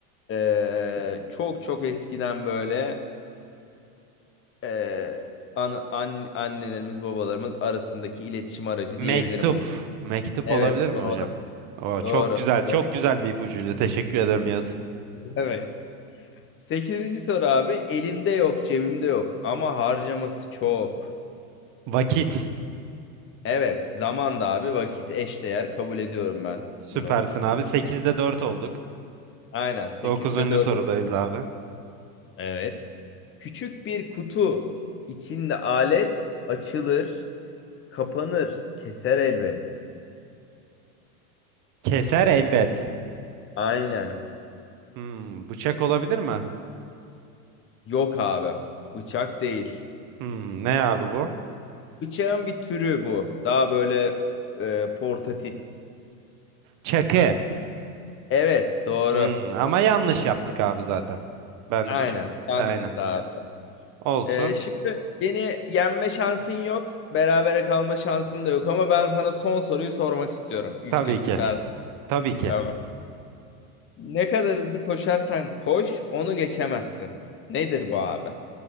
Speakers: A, on the left; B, on the right.
A: Ee, çok çok eskiden böyle e, ana- an, annelerimiz babalarımız arasındaki iletişim aracı
B: Mektup.
A: diyebilirim bunu.
B: Mektup
A: Evet
B: olabilir mi
A: doğru
B: hocam? Oo, çok
A: doğru.
B: güzel. Çok
A: doğru.
B: güzel bir ipucuydu. Teşekkür ederim Yağız.
A: Evet. Sekizinci soru abi elimde yok cebimde yok ama harcaması çok.
B: Vakit.
A: Evet zaman da abi vakit eşdeğer kabul ediyorum ben
B: Süpersin
A: bunu.
B: abi. sekizde 4 olduk.
A: Aynen 8'de
B: Dokuzuncu
A: 4.
B: sorudayız abi.
A: Evet. Küçük bir kutu. içinde alet açılır, kapanır, keser elbet.
B: Keser elbet.
A: Aynen.
B: Hmm, bıçak olabilir mi?
A: Yok abi. Bıçak değil.
B: Hmm, ne abi bu?
A: Bıçağın bir türü bu. Daha böyle e, portatif.
B: Çakı.
A: Evet, doğru.
B: Hmm, ama yanlış yaptık abi zaten. Ben
A: Aynen.
B: bu çakı.
A: Yanlış
B: Aynen.
A: abi.
B: Olsun.
A: E, şimdi beni yenme şansın yok. Berabere kalma şansın da yok ama ben sana son soruyu sormak istiyorum. Yüksek
B: Tabii ki.
A: bir saat.
B: Tabii ki.
A: Tamam. Ne kadar hızlı koşarsan koş, onu geçemezsin. Nedir bu abi?